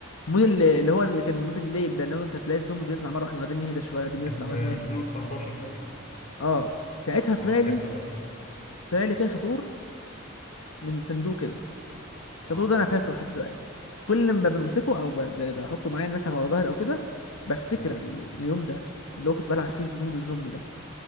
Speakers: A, on the left; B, on the left.
A: مود اللي, اللي هو اللي كان مود الليل ده اللي هو انت تلاقي الزومبي بيطلع مره واحده بعدين يهدى شويه بعدين
B: ده
A: يطلع
B: كان في
A: بعدين يهدى
B: 2019 تقريبا
A: اه ساعتها طلع
B: اه
A: لي
B: لعبت الوقت ده
A: طلع لي كده سطور من صندوق كده السطور
B: اه
A: ده انا فاكره لحد دلوقتي كل ما بمسكه او ب- ب- بحطه معايا يعني مثلا ورا ظهري او كده بفتكر
B: تمام
A: ال- اليوم ده اللي هو كنت بلعب فيه في مود الزومبي ده